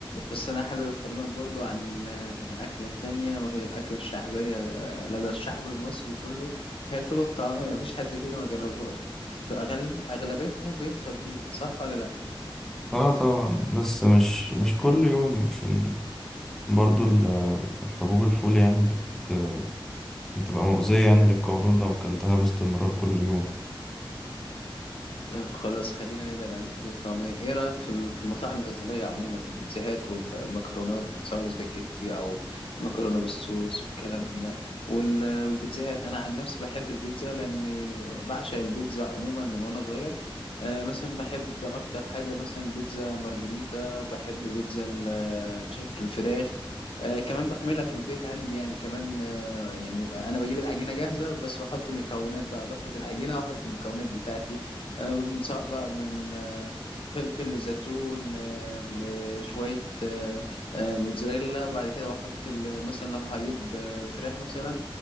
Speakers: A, on the left; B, in the centre.
A: بس انا حابب اكلمك برضو عن اكلة تانية وهي الاكلة الشعبية آه، لدى الشعب المصري كله هي الفول والطعمية مفيش حد فينا ما جربهاش أغلب- اغلبيتنا بيفطر بيها صح ولا لا
B: اه طبعا بس مش مش كل يوم عشان برضو ال- الحبوب الفول يعني بت بت بتبقى مؤذية يعني للقولون لو أكلتها باستمرار كل يوم
A: طب خلاص خلينا نبعد عن الفول الطعمية ايه رأيك في ال- في المطاعم الإيطالية عموما البيتزاهات والمكرونات اللي سواء الاسباجيتي او مكرونة بالصوص والكلام ده وال- والبيتزاهات انا عن نفسي بحب البيتزا لاني بعشق البيتزا عموما من وانا صغير آه مثلا بحب اكتر حاجة مثلا بيتزا مارجريتا وبحب بيتزا ال- بشكل فراخ آه كمان بعملها في البيت عندي يعني كمان آه يعني انا بجيب العجينة جاهزة بس بحط المكونات بقى بفرد العجينة واحط المكونات بتاعتي آه، سواء بقى من آه، فلفل لزيتون آه، لشوية آه، آه، موتزاريلا وبعد كده بحط ال- مثلا لو هجيب آه، فراخ مثلا